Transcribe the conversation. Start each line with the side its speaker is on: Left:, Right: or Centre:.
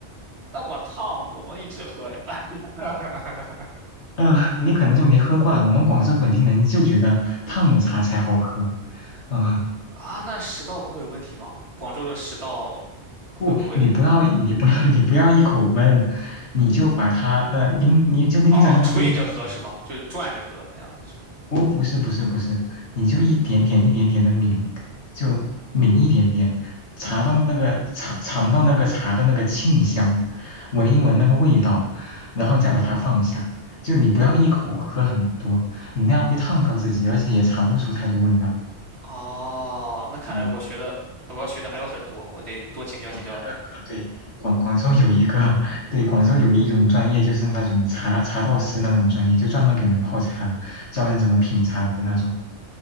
Right: 那么烫，怎么一直喝呀？<laughs>
Left: 嗯、呃你可能就没喝惯，我们广州本地人就觉得烫的茶才好喝。啊、
Right: 啊，那食道不会有问题吗？广州的食道会不会？
Left: 不，你不要，你不要，<laughs> 你不要一口闷，你就把它那拎，你就拎着那个杯子去。
Right: 哦，吹着喝是吗？就是转着喝那样的是吗？
Left: 哦，不是，不是，不是，你就一点点、一点点的抿，就抿一点点，茶到那个尝尝到那个茶的那个沁香，闻一闻那个味道，然后再把它放下。就你不要一口喝很多，你那样会烫到自己，而且也尝不出太多味道。
Right: 哦，那看来我学的我要学的还有很多，
Left: 嗯。
Right: 我得多请教请教你。
Left: 哦，呃，呃对，广广州有一个，<laughs> 对，广州有一种专业，就是那种茶茶道师那种专业，就专门给人泡茶，教人怎么品茶的那种。